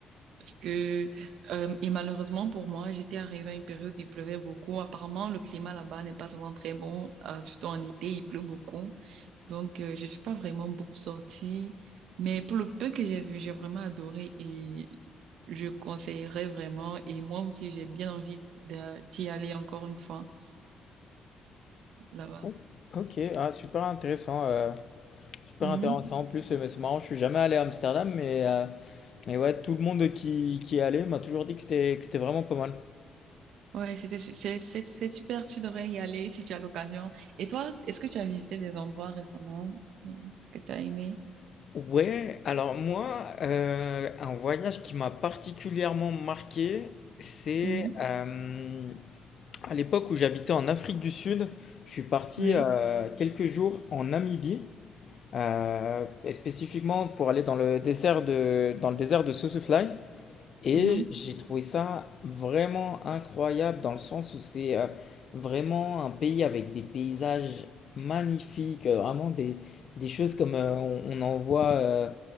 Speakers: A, on the right (about 80°); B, on the left (about 55°).
A: Parce que, euh, et malheureusement pour moi, j'étais arrivée à une période où il pleuvait beaucoup. Apparemment, le climat là-bas n'est pas souvent très bon, euh, surtout en été, il pleut beaucoup. Donc, euh, je suis pas vraiment beaucoup sortie. Mais pour le peu que j'ai vu, j'ai vraiment adoré et je conseillerais vraiment. Et moi aussi, j'ai bien envie de- d'y aller encore une fois là-bas.
B: Ok, ok. ah, super intéressant. euh, super
A: Mm-hmm.
B: intéressant. En plus, euh, c'est marrant, je suis jamais allé à Amsterdam, mais, euh, mais ouais, tout le monde qui, qui est allé m'a toujours dit que c'était que c'était vraiment pas mal.
A: Ouais, c'était, su- c'est, c'est, c'est super, tu devrais y aller si tu as l'occasion. Et toi, est-ce que tu as visité des endroits récemment euh, que tu as aimé?
B: Ouais, alors moi, euh, un voyage qui m'a particulièrement marqué, c'est
A: Mhm.
B: euh, à l'époque où j'habitais en Afrique du Sud, je suis parti
A: Oui.
B: euh, quelques jours en Namibie, euh, et spécifiquement pour aller dans le désert de, dans le désert de Sossusvlei. Et
A: Mhm.
B: j'ai trouvé ça vraiment incroyable dans le sens où c'est euh, vraiment un pays avec des paysages magnifiques, euh, vraiment des, des choses comme euh, on, on en voit euh,